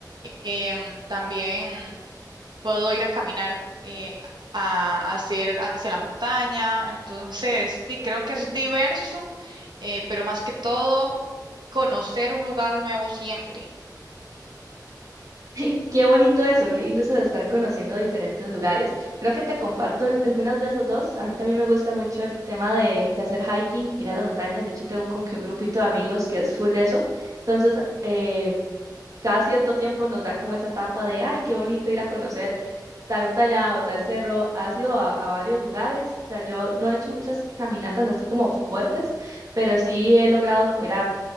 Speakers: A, on the right; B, on the right.
A: Em, también puedo ir a caminar eh, a hacer hacia la montaña. Entonces, sí, creo que es diverso, eh, pero más que todo, conocer un lugar nuevo siempre.
B: <laughs> Qué bonito eso, qué lindo eso de estar conociendo diferentes lugares. Creo que te comparto al- algunas de esas dos. A mí también me gusta mucho el tema de, de hacer hiking, ir a las montañas. De hecho, tengo como que un grupito de amigos que es full de eso. Entonces, eh, cada cierto tiempo nos da como esa etapa de, ay, qué bonito ir a conocer tal montaña o tal cerro. Has ido a, a varios lugares. O sea, yo no he hecho muchas caminatas así como fuertes, pero sí he logrado como ir a